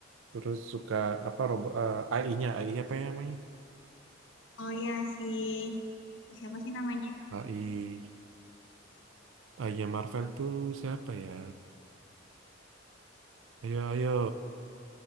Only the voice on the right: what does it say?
Terus suka apa robo- eh, AI-nya, AI apa yang namanya?
AI AI-nya Marvel tuh siapa ya? Ayo ayo,